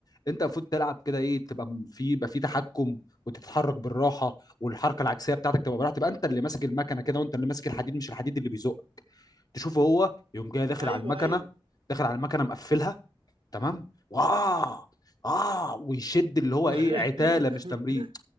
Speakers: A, on the left; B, on the right.
A: أنت المفروض تلعب كده إيه تبقى م- في يبقى في تحكم وتتحرك بالراحة والحركة العكسية بتاعتك تبقى براحة تبقى أنت اللي ماسك المكنة كده وأنت اللي ماسك الحديد مش الحديد اللي بيزق تشوفه هو يقوم جاي داخل
B: ايوه
A: على المكنه
B: ايوه
A: داخل على المكنه مقفلها تمام واه اه ويشد اللي هو
B: <laughs>
A: ايه عتاله مش تمرين